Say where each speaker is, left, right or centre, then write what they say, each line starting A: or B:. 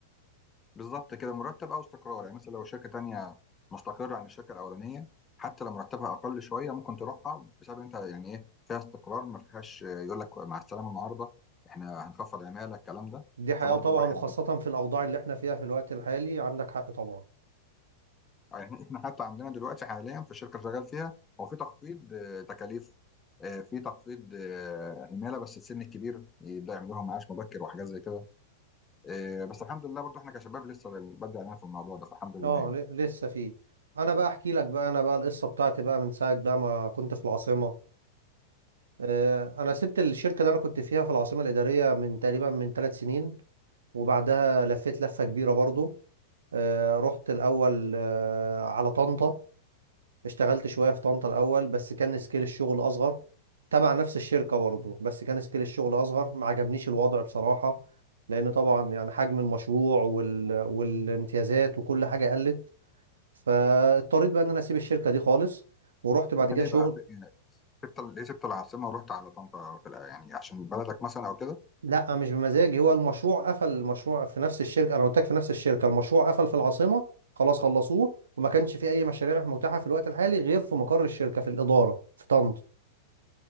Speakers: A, on the left; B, on the right.
A: بالظبط كده مرتب او استقرار يعني مثلا لو شركه تانية مستقره عن الشركه الاولانيه حتى لو مرتبها اقل شويه ممكن تروحها بسبب انت يعني ايه فيها استقرار ما فيهاش آه، يقول لك مع السلامه النهارده احنا هنخفض عماله الكلام ده
B: دي حياه
A: فبرضه
B: طبعا
A: الواحد
B: وخاصه
A: بي...
B: في الاوضاع اللي احنا فيها في الوقت الحالي عندك حق طبعا
A: <laughs> يعني احنا حتى عندنا دلوقتي حاليا في الشركه اللي شغال فيها هو في تخفيض آه، تكاليف آه، في تخفيض آه، عماله بس السن الكبير يبدا يعمل لهم معاش مبكر وحاجات زي كده آه، بس الحمد لله برضه احنا كشباب لسه بدري علينا في الموضوع ده فالحمد لله
B: اه
A: يعني
B: ل... لسه فيه انا بقى احكي لك بقى انا بقى القصه بتاعتي بقى من ساعه بقى ما كنت في العاصمه آه، انا سبت الشركه اللي انا كنت فيها في العاصمه الاداريه من تقريبا من ثلاث سنين وبعدها لفيت لفه كبيره برضو آه، رحت الأول آه، على طنطا اشتغلت شوية في طنطا الأول بس كان سكيل الشغل أصغر تبع نفس الشركة برضه بس كان سكيل الشغل أصغر ما عجبنيش الوضع بصراحة لأن طبعا يعني حجم المشروع وال... والامتيازات وكل حاجة قلت فاضطريت بقى إن أنا أسيب الشركة دي خالص ورحت بعد
A: انت
B: كده
A: ليه
B: شغل
A: بقى يعني سبت ال- ليه سبت العاصمه ورحت على طنطا في الأ- يعني عشان بلدك مثلا او كده
B: لا مش بمزاجي هو المشروع قفل المشروع في نفس الشركه انا قلت لك في نفس الشركه المشروع قفل في العاصمه خلاص خلصوه وما كانش في اي مشاريع متاحه في الوقت الحالي غير في مقر الشركه في الاداره في طنطا